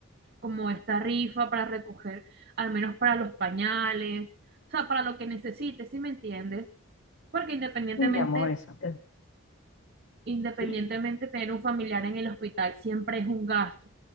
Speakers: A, on the right; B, on the left.
A: como esta rifa para recoger, al menos para los pañales, o sea, para lo que necesites, si me entiendes? Porque independientemente,
B: mi amor, eso.
A: independientemente
B: Sí.
A: tener un familiar en el hospital siempre es un gasto,